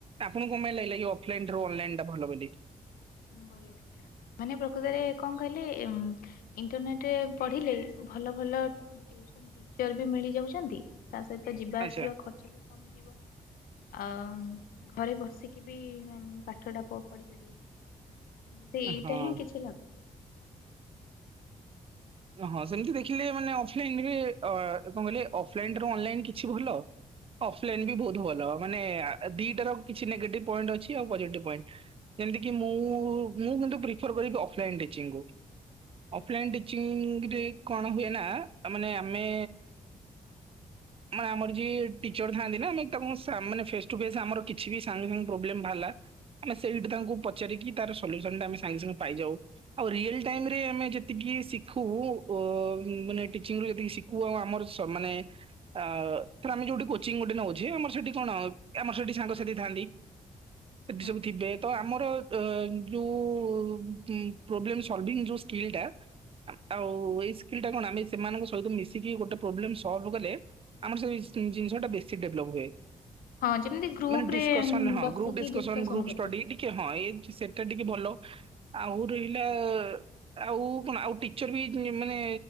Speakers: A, on the right; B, on the left.
A: ଆପଣଙ୍କୁ କଣ ପାଇଁ ଲାଗିଲା କି ଅଫଲାଇନଠାରୁ ଅନଲାଇନଟା ଭଲ ବୋଲି?
B: ଉଁ ଭଲ କଥା ମାନେ ପ୍ରକୃତରେ କଣ କହିଲେ ଏମ୍ ଇଣ୍ଟରନେଟରେ ପଢିଲେ ଭଲ ଭଲ ଟ୍ୟୁସନ ଟିଚର ବି ମିଳିଯାଉଚନ୍ତି ତା ସହିତ ଯିବା
A: ଆଚ୍ଛା।
B: ଆସିବା ଖର୍ଚ୍ଚ ବି କମିଯିବ। ଆଉ ଘରେ ବସିକି ବି ଆମ୍ ପାଠଟା ପ-ପଢ଼ିପାରିବେ। ଏମିତି ଏଇଟା
A: ହଁ
B: ହିଁ କିଛି ଲାଗୁଚି।
A: ହଁ ସେମିତି ଦେଖିଲେ ମାନେ ଅଫଲାଇନ ବି ଅ କଣ କହିଲେ ଅଫଲାଇନଠାରୁ ଅନଲାଇନ କିଛି ଭଲ ଅଫଲାଇନ
B: ହୁଁ
A: ବି ବୋହୁତ ଭଲ ମାନେ ଦିଇଟାର କିଛି ନେଗେଟିଭ ପଏଣ୍ଟ ଅଛି ଆଉ ପଜେଟିଭ ପଏଣ୍ଟ। ଯେମତିକି ମୁଁ ମୁଁ କିନ୍ତୁ ପ୍ରିଫର କରିବି ଅଫଲାଇନ ଟିଚିଙ୍ଗକୁ
B: ଆଚ୍ଛା।
A: ଅଫଲାଇନ ଟି ଚିଙ୍ଗରେ କଣ ହୁଏ ନା ଆ ମାନେ ଆମେ
B: <inaudible>
A: ମାନେ ଆମର ଯିଏ ଟିଚର ଥାଆନ୍ତି ନା ଆମେ ତାଙ୍କ ସାମ୍-ମାନେ ଫେସ ଟୁ ଫେସ ଆମର କିଛି ବି ସାଙ୍ଗେ ସାଙ୍ଗେ ପ୍ରୋବେଲମ ବାହାରଲା ଆମେ ସେଇଠି ତାଙ୍କୁ ପଚାରିକି ତାର ସଲ୍ୟୁସନଟା ଆମେ ସାଙ୍ଗେ ସାଙ୍ଗେ ପାଇଯାଉ। ଆଉ ରିଏଲ ଟାଇମରେ ଆମେ ଯେତିକି ଶି ଖୁ ଅ ମାନେ ଟିଚିଂରୁ ଯେତିକି ଶିଖୁ ଆଉ ଆମର ସ ମାନେ ଆ ଧର ଆମେ ଯୋଉଠି କୋଚିଂ ଗୋଟେ ନୋଉଚେ ଆମେ ସେଠି କଣ ଆମର ସେଠି ସାଙ୍ଗସାଥି ଥାଆନ୍ତି।
B: <inaudible>
A: ଏଠି ସବୁ ଥିବେ ତ ଆମର ଅ ଯୋଉ କୁଁ ପ୍ରୋବ୍ଲେମ୍ ସଲଭିଂ ଯୋଉ ସ୍କିଲଟା ଆ-ଆଉ ଏଇ ସ୍କିଲଟା କଣ ଆମେ ସେମାନଙ୍କ ସହିତ ମିଶିକି ଗୋଟେ ପ୍ରୋବ୍ଲେମ ସଲଭ୍ କଲେ ଆମର ସେଇ ସି ଜିନିଷଟା ବେଶୀ ଡେଭଲପ୍ ହୁଏ।
B: ହଁ ଯେମିତି ଗ୍ରୁପ
A: ମାନେ ଡିସକସନ୍
B: ରେ
A: ହଁ
B: ବସିକି
A: ଗ୍ରୁପ୍ ଡିସକସନ୍
B: ଡିସକସନ
A: ଗ୍ରୁପ
B: କରିବେ।
A: ଷ୍ଟଡି ଏଇଠି କି ହଁ ଏ ସେଟା ଟିକେ ଭଲ ଆଉ ରହିଲା ଆଉ କଣ ଆଉ ଟିଚର ବି ମାନେ